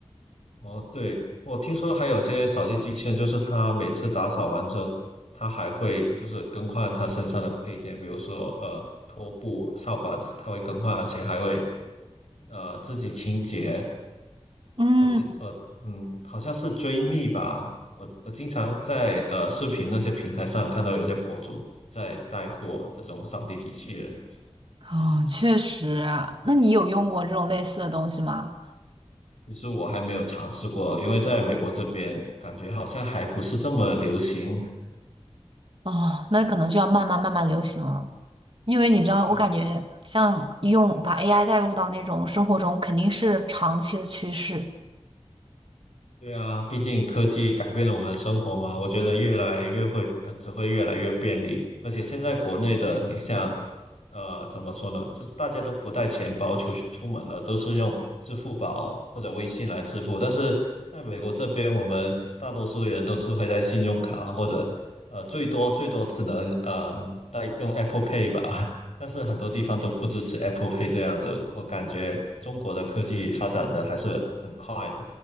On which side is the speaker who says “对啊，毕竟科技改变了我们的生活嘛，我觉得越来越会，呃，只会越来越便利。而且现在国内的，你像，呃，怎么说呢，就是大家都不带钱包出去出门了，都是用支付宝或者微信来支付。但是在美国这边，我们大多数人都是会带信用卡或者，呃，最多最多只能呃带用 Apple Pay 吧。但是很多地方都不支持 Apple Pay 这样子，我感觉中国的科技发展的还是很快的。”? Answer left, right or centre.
Left